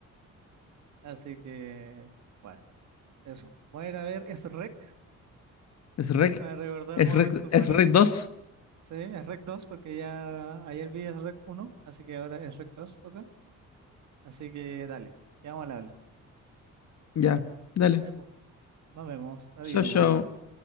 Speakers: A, on the right; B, on the left.
A: Así que, bueno, eso. Voy a ir a ver Shrek
B: Es rec.
A: para recordar
B: Es
A: momentos
B: rec,
A: buenos.
B: es rec dos
A: Sí, Shrek 2 porque ya ayer vi Shrek uno, así que ahora Shrek 2, toca. Así que dale, quedamos al habla.
B: Ya, dale.
A: Ya, pues, nos vemos. Adiós.
B: Yo, yo.